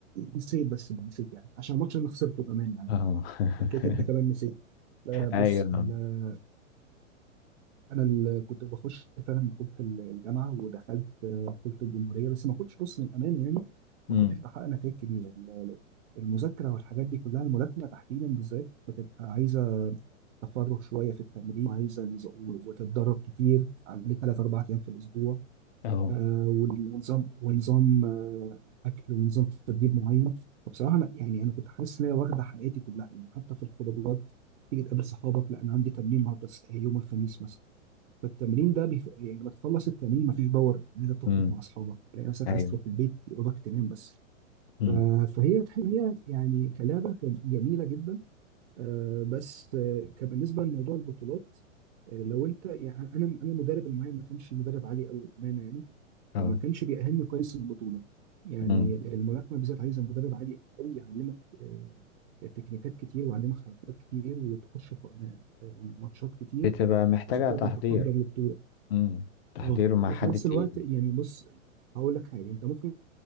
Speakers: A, on the right; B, on the left.
A: نسيت بس ده نسيت يعني عشان الماتش انا خسرته كمان يعني
B: <laughs>
A: ف- فهتلاقيك انت كمان نسيت آه،
B: ايوه
A: بص ال... انا اللي كنت بخش فعلا بطوله الجامعه ودخلت آه، بطوله الجمهوريه بس ما كنتش بص للامانه يعني
B: امم
A: ما كنتش بحقق نتائج كبيره ال- المذاكره والحاجات دي كلها الملاكمه تحديدا بالذات بتبقى عايزه تفرغ شويه في التمرين وعايزه نز- وتتدرب كتير على ثلاث اربع ايام في الاسبوع
B: اهو
A: آه، وال- ونظام ونظام آه، اكل ونظام تدريب معين فبصراحه انا يعني انا كنت حاسس ان هي واخده حياتي كلها يعني حتى في الخروجات تيجي تقابل صحابك لا انا عندي تمرين النهارده الس- يوم الخميس مثلا فالتمرين ده بيف... يعني لما تخلص التمرين مفيش باور ان انت تخرج
B: امم
A: مع اصحابك تلاقي نفسك
B: ايوه
A: عايز تروح البيت يا دوبك تنام بس
B: امم
A: ف- فهي تحب هي يعني كلعبه كان جميله جدا آه، بس آه، كان بالنسبه لموضوع البطولات آه، لو انت يعني انا انا المدرب اللي معايا ما كانش مدرب عالي قوي للامانه يعني
B: اه
A: فما كانش بيأهلني كويس للبطوله يعني
B: امم
A: الملاكمه بالذات عايزه مدرب عالي قوي يعلمك آه، تكنيكات كتير ويعلمك حركات كتير وتخش في آه، آه، ماتشات كتير
B: بتبقى محتاجه
A: عشان تقدر
B: تحضير
A: تحضر البطوله
B: امم تحضير
A: اه
B: مع
A: وفي
B: حد
A: نفس
B: تقيل
A: الوقت يعني بص هقول لك حاجه انت ممكن